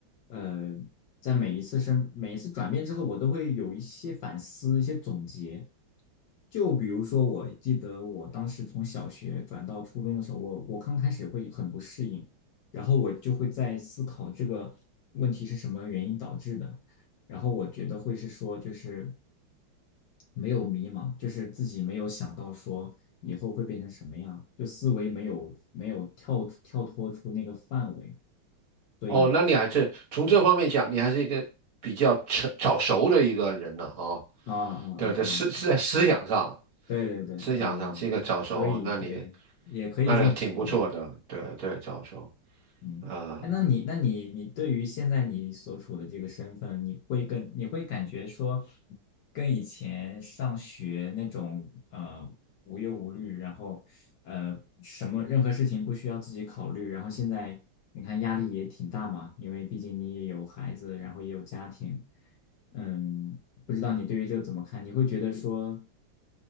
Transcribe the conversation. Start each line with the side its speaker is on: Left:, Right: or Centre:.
Left: 呃，在每一次生每一次转变之后，我都会有一些反思、一些总结。就比如说，我记得我当时从小学转到初中的时候，我我刚开始会很不适应。然后我就会在思考这个问题是什么原因导致的，然后我觉得会是说就是没有迷茫，就是自己没有想到说以后会变成什么样，就思维没有没有跳出跳脱出那个范围，所以
Right: 哦，那你还是从这方面讲，
Left: 对
Right: 你还是一个比较成早熟的一个人呢啊、
Left: 啊啊啊啊，
Right: 对，在思是在思想上，
Left: 对对对，
Right: 思想上是一个早熟，
Left: 嗯，可以对，
Right: 那你
Left: 也可以这么说吧。
Right: 那你挺不错的，对对，早熟
Left: 嗯，
Right: 啊，
Left: 哎，那你，那你，你对于现在你所处的这个身份，你会跟你会感觉说，跟以前上学那种呃无忧无虑，然后呃什么任何事情不需要自己考虑，然后现在你看压力也挺大嘛，因为毕竟你也有孩子，然后也有家庭，嗯，不知道你对于这个怎么看？你会觉得说，